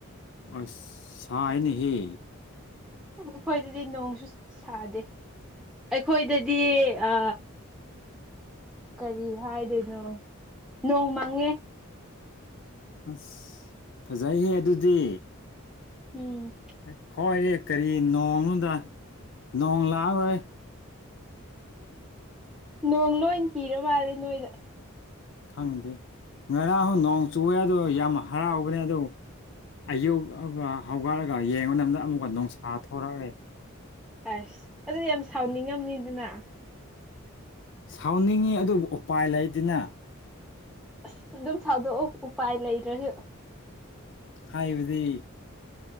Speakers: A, on the left; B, in the centre.
A: ꯑꯁ ꯁꯥꯏꯅꯦꯍꯦ
B: ꯎ ꯑꯈꯣꯏꯗꯗꯤ ꯅꯣꯡꯁꯨ ꯁꯥꯗꯦ ꯑꯩꯈꯣꯏꯗꯗꯤ ꯑ ꯀꯔꯤ ꯍꯥꯏꯗꯣꯏꯅꯣ ꯅꯣꯡ ꯃꯥꯡꯉꯦ
A: ꯑꯁ ꯐꯖꯩꯍꯦ ꯑꯗꯨꯗꯤ
B: ꯎꯝ
A: ꯑꯈꯣꯏꯒꯤ ꯀꯔꯤ ꯅꯣꯡꯅꯨꯗ ꯅꯣꯡ ꯂꯥꯛꯑꯔꯣꯏ
B: ꯅꯣꯡ ꯂꯣꯏ ꯀꯤꯔ ꯃꯥꯜꯂꯦ ꯅꯣꯏꯗ
A: ꯈꯪꯗꯦ ꯉꯔꯥꯡ ꯅꯣꯡ ꯆꯨꯋꯦ ꯑꯗꯣ ꯌꯥꯝ ꯍꯔꯥꯎꯕꯅꯦ ꯑꯗꯨ ꯑꯌꯨꯛ ꯍꯧꯒꯠꯔꯒ ꯌꯦꯡꯕ ꯃꯇꯝꯗ ꯑꯃꯨꯛꯀ ꯅꯨꯡꯁꯥ ꯊꯣꯔꯛꯔꯦ
B: ꯑꯁ ꯑꯗꯨꯗꯤ ꯌꯥꯝ ꯁꯥꯎꯅꯤꯡꯉꯝꯅꯤꯗꯅ
A: ꯁꯥꯎꯅꯤꯡꯉꯤ ꯑꯗꯨꯕꯨ ꯎꯄꯥꯏ ꯂꯩꯇꯤꯅ
B: ꯑꯁ ꯑꯗꯨꯝ ꯁꯥꯎꯗꯣꯛꯎ ꯎꯄꯥꯏ ꯂꯩꯇꯔꯁꯨ
A: ꯍꯥꯏꯕꯗꯤ